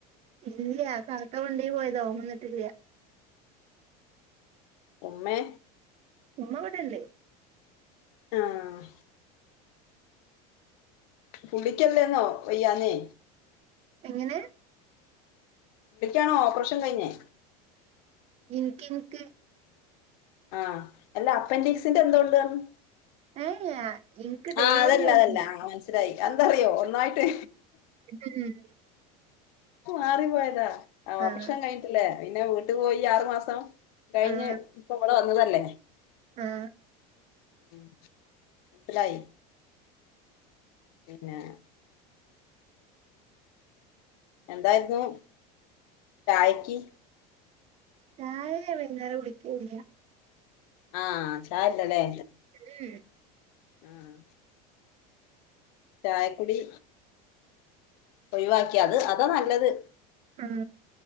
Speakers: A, on the right (about 35°); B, on the left (about 70°).
A: ഇല്ല കാക്ക കൊണ്ടീ പോയതാവും വന്നിട്ടില്ല
B: ഉമ്മേ
A: ഉമ്മബടെണ്ട്
B: ആഹ് പുള്ളിക്കല്ലേന്നോ വയ്യാനേ
A: എങ്ങനെ
B: പുള്ളിക്കാണോ ഓപ്പറേഷൻ കഴിഞ്ഞേ
A: ഇൻക്ക് ഇൻക്ക്
B: ആഹ് എല്ല അപ്പൻറിക്സിന്റെ എന്തൊണ്ട് പറഞ്ഞ്
A: ഏയ് എനിക്ക് ഡെലിവറി
B: ആഹ് അതല്ല
A: കഴിഞ്ഞ്
B: അതല്ല ആ മനസ്സിലായി എന്തറിയോ ഒന്നായിട്ട്
A: <unintelligible>
B: മാറി പോയതാ ഓപ്പറേഷൻ
A: ആഹ്
B: കഴിഞ്ഞിട്ടില്ലേ പിന്നെ വീട്ടു പോയി ആറു മാസം കഴിഞ്ഞ്
A: ആഹ്
B: ഇപ്പൊ അവടെ വന്നതല്ലേ
A: ആഹ്
B: ഉം സിലായി പിന്നെ എന്തായിരുന്നു ചായക്ക്
A: ചായെ വൈകുന്നേരം കുടിക്കുല്ല
B: ആഹ് ചായല്ലല്ലേ
A: ഉം
B: ആഹ് ചായക്കുടി ഒഴിവാക്കിയ അത് അതാ നല്ലത്
A: ഉം